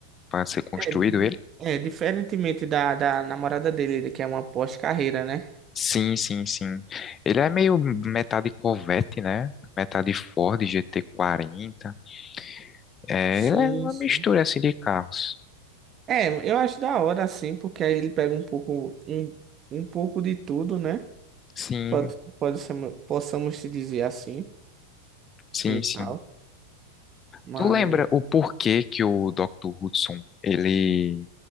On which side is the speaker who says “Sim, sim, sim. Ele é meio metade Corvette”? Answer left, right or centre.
Left